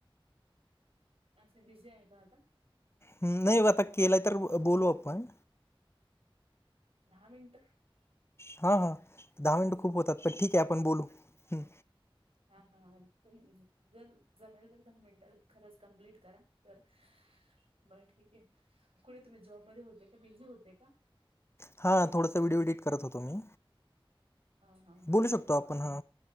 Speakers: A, on the right; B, on the left.
A: अच्छा बिझी आहे का आता?
B: हम्म नाही आता केला तर बोलू आपण.
A: दहा मिनिट.
B: हा दहा मिनटं खूप होतात. पण ठीक
A: चालेल
B: आहे आपण बोलू हम्म.
A: हा -हा अ <unintelligible> जर जमेल तर दहा मिनटं खरंच कम्प्लीट करा तर बरं ठीक आहे कुठे तुम्ही जॉबमध्ये होतेय का? बिझी होते का?
B: हा थोडंसा व्हिडिओ एडिट करत होतो. मी
A: हा हा हा
B: बोलू शकतो आपण
A: बरं बर
B: हा